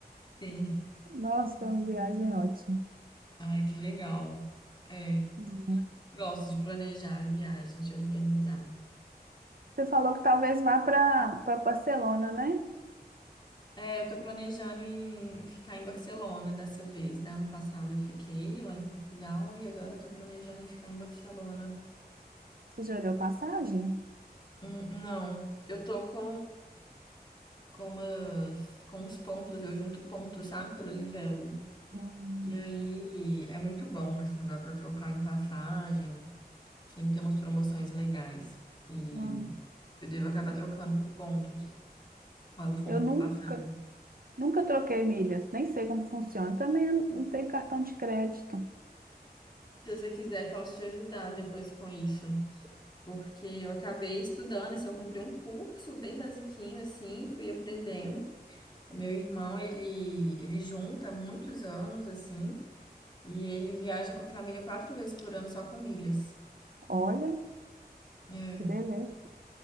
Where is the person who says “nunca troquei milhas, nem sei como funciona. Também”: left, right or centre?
Right